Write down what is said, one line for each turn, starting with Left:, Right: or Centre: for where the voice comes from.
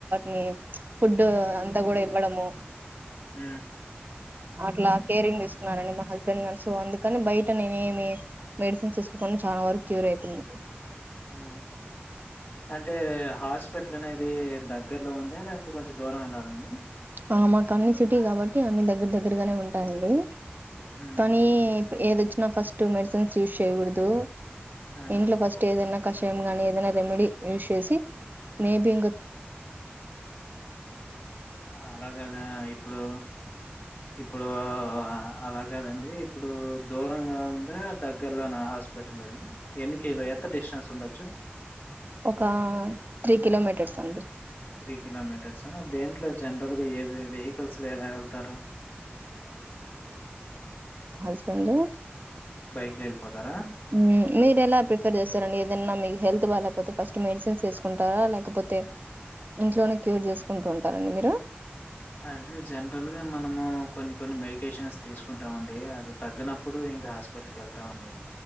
Right: మీ ఫుడ్డు అంతా గూడా అంత ఇవ్వడము
Left: ఉ
Right: అట్లా కేరింగ్ దీసుకున్నానని మా హస్బెండ్ నీ సో అందుకని బయట నేనేమి మెడిసిన్స్ తీసుకోకుడా చాలా వరకు క్యూర్ అయితుంది
Left: ఉ అంటే హాస్పిటల్ దే ర లొ ఉందా లేక కొంచం దూరం వెళ్ళాలండి
Right: ఆ మాకు అన్ని సిటీ గాబట్టి అన్ని దగ్గర దగ్గరగానే ఉంటాయండి
Left: హ్మ్
Right: కాని ఏదొచ్చినా ఫస్ట్టు మెడిసిన్స్ యూస్ చేయకూడదు
Left: ఆ
Right: ఇంట్లో ఫస్ట్ ఏదైనా కషాయం గాని ఏదైనా రెమెడీ యూజ్ చేసి మేబి
Left: అలాగదా ఇప్పుడు ఇప్పుడు అలాగ కాదండి ఇప్పుడు దూరంగా ఉందా దగ్గర్లోనే హాస్పిటల్ అది ఎన్నికిల ఎంత డిస్టెన్స్ ఉండచ్చు
Right: ఒక త్రీ కిలోమీటర్స్ అంతె
Left: త్రి కిలోమీటర్స్ దేంట్లో జనరల్ గా ఏ వెహికల్స్ లో ఎలా వెళ్తారు
Right: డు
Left: బైక్ లొ వెళ్ళపోతార
Right: ఉ మీరెలా ప్రిఫర్ చేస్తారండి ఏదన్న మీ హెల్త్ బాగాలేకపోతే ఫస్ట్ మెడిసిన్స్ వసుకుంటారా లేకపోతే ఇంట్లోనే క్యూర్ చేసుకుంటూ ఉంటారండి మీరు
Left: అంటే జనరల్ గా మనము కొన్ని కొన్ని మెడికషన్స్ తీసుకుంటాంమండి ల్కి యెళ్తామండి